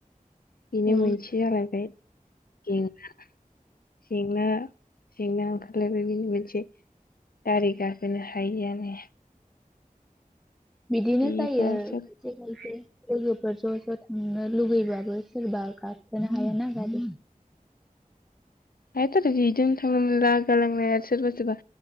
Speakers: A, on the left; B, in the centre.
A: बेनो
B: औ
A: मोनसे जालायबाय जेंना जेंना जेंना ओंखारलायबाय बिनि मोनसे गारि गाखोनो हायियानो
B: बिदिनो
A: बेफोरावसो
B: जायो खनसे खनसे लोगोफोर ज' ज' थांनो लुुबैबाबो सोरबा गाखोनो हाया ना गारि
A: हाथ' र' बिदिनो थांनो मोनला गालांनाया सोरबा सोरबा